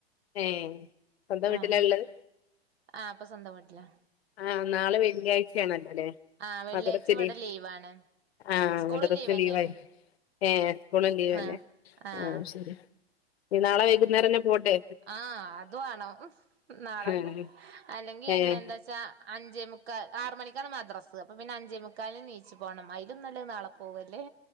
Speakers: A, on the left; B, on the right.
A: ഏഹ് സ്വന്തം വീട്ടിലാള്ളത്
B: ആഹ് ആഹ് ഇപ്പൊ സ്വന്തം വീട്ടിലാ
A: ആഹ് നാളെ വെള്ളിഴ്ചെണല്ലേലേ
B: ആഹ് വെള്ളിയാഴ്ച
A: മദ്രസ്ല്
B: ഇവിടെ ലീവാണ്
A: ആഹ്
B: സ്കൂളും
A: മദ്റസ്സ്
B: ലീവെന്നേണ്
A: ലീവായി ഏഹ് സ്കൂളും ലീവല്ലേ
B: ആഹ് ആഹ്
A: ആ ശരി ഇ നാളെ വൈകുന്നേരന്നെ പോണ്ടേ
B: ആഹ് അതുവാണം നാളെന്നെ
A: ആഹ്
B: അല്ലെങ്കിന്നന്താച്ചാ
A: ഏഹ്
B: അഞ്ചേ മുക്കാ ആറ് മണിക്കാണ് മദ്രാസ് അപ്പൊ പിന്നെ അഞ്ചേ മുക്കാല്ന്നീച്ചു പോണം അയിലുന്നല്ലത് നാളെ പോവല്ലേ